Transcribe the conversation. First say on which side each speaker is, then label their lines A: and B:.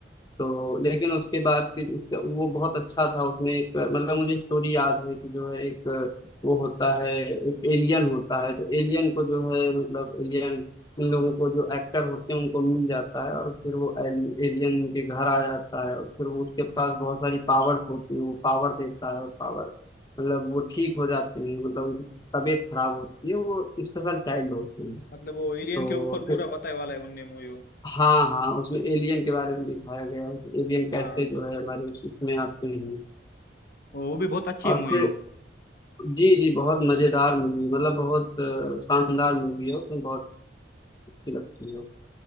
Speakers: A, on the left; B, on the left.
A: तो लेकिन उसके बाद फिर उसका वो बहुत अच्छा था उसमें एक मतलब मुझे स्टोरी याद है कि जो है एक वो होता है एक एलियन होता है तो एलियन को जो है मतलब एलियन उन लोगों को जो एक्टर होते हैं उनको मिल जाता है और फिर वो एलियन उनके घर आ जाता है और फिर वो उसके पास बहुत सारी पावर्स होती है वो पावर देता है और पावर मतलब वो ठीक हो जाते हैं मतलब उनकी तबीयत खराब होती है वो स्पेशल चाइल्ड होती है
B: मतलब वो एलियन
A: तो
B: के ऊपर
A: फिर
B: पूरा बताए वाला है उनने मूवी वो
A: हाँ हाँ उसमें एलियन के बारे में दिखाया गया है कि एलियन कैसे
B: हाँ
A: जो है हमारे इस- इसमें आते हैं
B: वो भी बहुत अच्छी
A: और
B: है मूवी
A: फिर
B: वो
A: जी जी बहुत मजेदार मूवी मतलब बहुत अ, शानदार मूवी है उसमें बहुत अच्छी लगती है